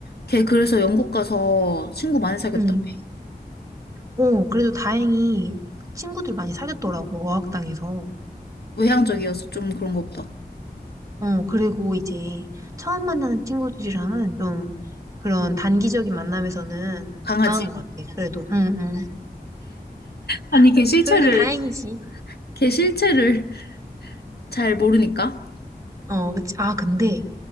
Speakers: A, on the left (about 75°); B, on the right (about 20°).
A: 걔 그래서 영국 가서 친구 많이 사귀었다며.
B: 응. 어, 그래도 다행히 친구들 많이 사귀었더라고, 어학당에서.
A: 외향적이어서 좀 그런 거 보다.
B: 어, 그리고 이제 처음 만나는 친구들이랑은 좀 그런 단기적인 만남에서는
A: 강아지.
B: 강한 것 같아, 그래도. 응, 응.
A: 아니, 걔
B: 그-
A: 실체를,
B: 그래도 다행이지.
A: 걔 실체를 <laughs> 잘 모르니까.
B: 어, 그치. 아, 근데